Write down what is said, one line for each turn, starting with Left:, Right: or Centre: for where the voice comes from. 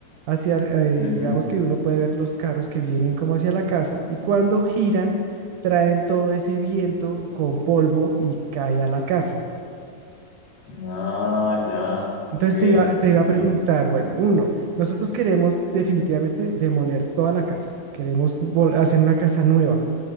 Right: hacia, eh,
Left: Ujú.
Right: digamos que uno puede ver los carros que vienen como hacia la casa y cuando giran traen todo ese viento con polvo y cae a la casa.
Left: Ah, ya, ok.
Right: Entonces te iba, te iba
Left: Y-
Right: a preguntar, bueno, uno, nosotros queremos definitivamente demoler toda la casa, queremos vol- hacer una casa nueva